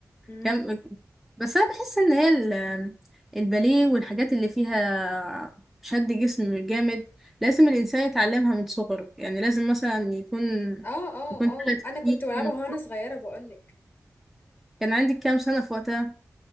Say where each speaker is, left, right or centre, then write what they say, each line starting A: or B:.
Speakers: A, on the left; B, in the centre.
A: مم.
B: كم بس انا بحس ان هي ال- الباليه والحاجات اللي فيها شد جسم جامد لازم الانسان يتعلمها من صغره يعني لازم مثلا يكون
A: اه اه
B: يكون
A: اه
B: ثلاث
A: انا
B: سنين
A: كنت بلعبها
B: في-
A: وانا صغيرة بقولك
B: كان عندك كام سنة في وقتها